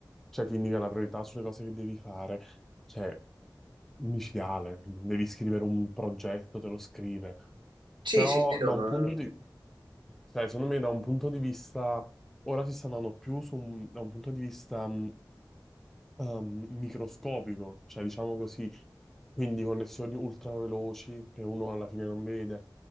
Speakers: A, in the centre; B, on the right.
A: cioè, ti indica la priorità sulle cose che devi fare. Cioè, micidiale, devi scrivere un progetto, te lo scrive.
B: Sì,
A: Però
B: sì, sì, no,
A: da
B: ma
A: un punto di, cioè, secondo me da un punto di vista, ora si sta andando più su un- da un punto di vista mh, ehm, microscopico, cioè diciamo così, quindi connessioni ultra veloci che uno alla fine non vede,